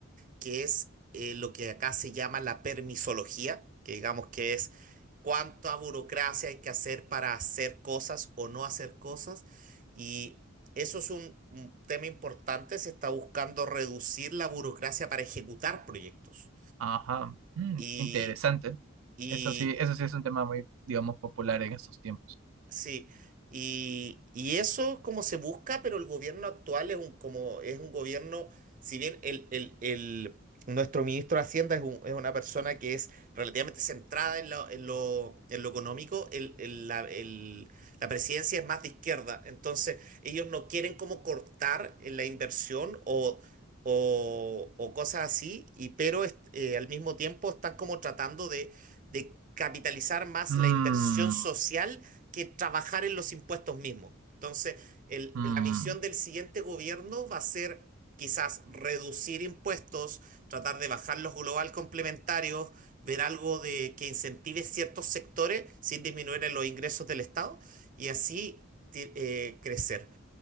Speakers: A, on the right; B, on the right.
A: que es eh, lo que acá se llama la permisología, que digamos que es cuánta burocracia hay que hacer para hacer cosas o no hacer cosas. Y eso es un, un tema importante, se está buscando reducir la burocracia para ejecutar proyectos.
B: Ajá, mm,
A: Y,
B: interesante.
A: y
B: Eso sí, eso sí es un tema muy, digamos, popular en estos tiempos.
A: Sí, y, y eso es como se busca, pero el gobierno actual es un, como, es un gobierno, si bien el, el- el- nuestro ministro de Hacienda es, un- es una persona que es relativamente centrada en lo, en lo, en lo económico, el- el- la, el- la presidencia es más de izquierda, entonces ellos no quieren como cortar en la inversión o, o, o cosas así, y, pero est- eh, al mismo tiempo están como tratando de de capitalizar más
B: Mm,
A: la inversión social que trabajar en los impuestos mismos. Entonces, el-
B: mm,
A: la misión del siguiente gobierno va a ser quizás reducir impuestos, tratar de bajar los global complementarios, ver algo de que incentive ciertos sectores sin disminuir en los ingresos del Estado y así ti- eh, crecer.